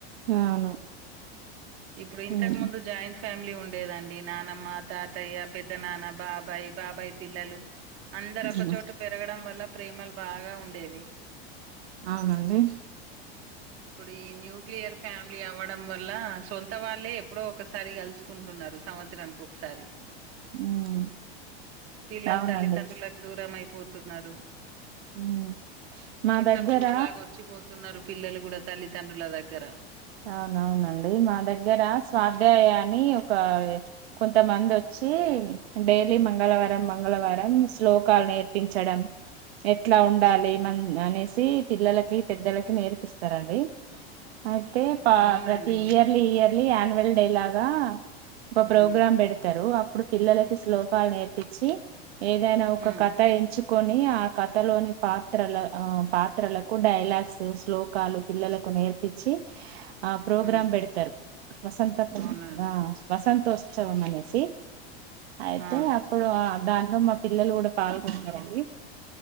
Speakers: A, on the right (about 75°); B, on the right (about 45°).
A: అవును
B: ఇప్పుడు ఇంతకు
A: ఉమ్
B: ముందు జాయింట్ ఫ్యామిలీ ఉండ లేదండి నానమ్మ తాతయ్య పెద్ద నాన్న బాబాయ్ బాబాయ్ పిల్లలు అందరు ఒక
A: ఉమ్,
B: చోటు పెరగడం వల్ల ప్రేమలు బాగా ఉండేవి
A: అవునండి
B: ఇప్పుడు ఈ న్యూక్లియర్ ఫ్యామిలీ అవ్వడం వల్ల సొంత వాళ్ళే ఎప్పుడో ఒకసారి కలుసుకుంటున్నారు సంత్సర కసారి
A: ఉమ్
B: పిల్లలు
A: అవునండి
B: తల్లిదండ్రులకు దూరం అయిపోతు తున్నారు
A: ఉమ్ మా
B: చుట్టం
A: దగ్గర
B: చూపులాగా వచ్చిపోతున్నారు పిల్లలు కూడా తల్లిదండ్రుల దగ్గర
A: అవునవునండి మా దగ్గర స్వాధ్యాయాన్ని ఒక కొంతమంది వచ్చి వచ్చి డైలీ మంగళవారం మంగళవారం శ్లోకాలు నేర్పించడం ఎట్లా ఉండాలి మం అనేసి పిల్లలకి పెద్దలకి నేర్పిస్తారండి అ తే పా
B: అవునండి.
A: ప్రతి ఇయర్లీ ఇయర్లీ ఆన్యువల్ డే లాగా ఒక
B: హ్మ్.
A: ప్రోగ్రాం పెడతరు అప్పుడు పిల్లలకి శ్లోకాలు నేర్పిచ్చి ఏదైనా ఒక
B: హ్మ్.
A: కథ ఎంచుకొని ఆ కథలోని పాత్ర త్రల ఆ పాత్రలకు డైలాగ్స్ శ్లోకాలు పిల్లలకు నేర్పిచ్చి ఆ ప్రోగ్రాం
B: హ్మ్.
A: పెడతారు వసంత ప
B: అవునండి.
A: ఆ వసం ఉత్సవం అనేసి అయితే
B: ఆ!
A: అప్పుడు ఆ దాంట్లో పిల్లలు కూడా పాల్గొంటున్నారండి